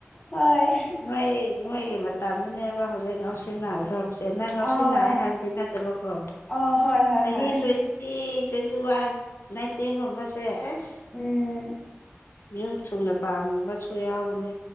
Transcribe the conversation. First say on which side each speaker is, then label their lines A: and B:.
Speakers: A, on the left; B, on the left.
A: ꯍꯣꯏ
B: ꯅꯣꯏ ꯅꯣꯏꯒꯤ ꯃꯇꯝꯗꯅꯦꯕ ꯍꯧꯖꯤꯛ ꯉꯧꯁꯤꯅꯥꯕꯗꯣ ꯅꯪ ꯉꯥꯎꯁꯤꯟꯅꯩ
A: ꯑꯥꯎ
B: ꯍꯥꯏꯕꯗꯤ ꯅꯠꯇꯕꯀꯣ
A: ꯑꯥ ꯍꯣꯏ ꯍꯣꯏ
B: ꯆꯍꯤ
A: ꯍꯣꯏ
B: <unintelligible> ꯇꯤ ꯇ꯭ꯋꯦꯟꯇꯤꯋꯥꯟ ꯅꯥꯏꯟꯇꯤꯟꯒꯨꯝꯕꯁꯦ ꯑꯁ
A: ꯎꯝ
B: ꯃꯌꯨꯝ ꯊꯨꯅ ꯄꯥꯝꯕꯁꯨ ꯌꯥꯎꯕꯅꯤ